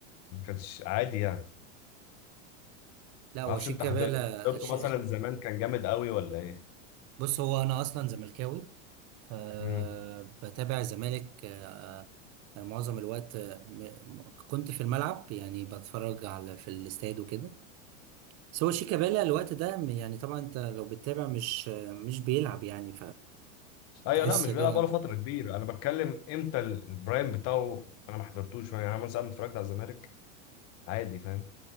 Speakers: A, on the left (about 40°); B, on the right (about 40°).
A: ما كانش عادي يعني
B: لا هو
A: ما اعرفش
B: شيك
A: انت
B: كابالا
A: حضرت حضرته
B: ش...
A: مثلا زمان كان جامد قوي ولا ايه؟
B: بص هو انا اصلا زملكاوي فبتابع
A: مم.
B: الزمالك آه، آه، معظم الوقت آه، م- كنت في الملعب يعني بتفرج على في الاستاد وكده بس هو شيك كابالا الوقت ده م- يعني طبعا انت لو بتتابع مش آه، مش بيلعب يعني
A: ايوه
B: فتحس
A: لا مش
B: كده
A: بيلعب بقاله فتره كبيره انا بتكلم امتى ال- البرايم بتاعه انا ما حضرتوش يعني انا مثلا أما اتفرجت على الزمالك عادي فاهم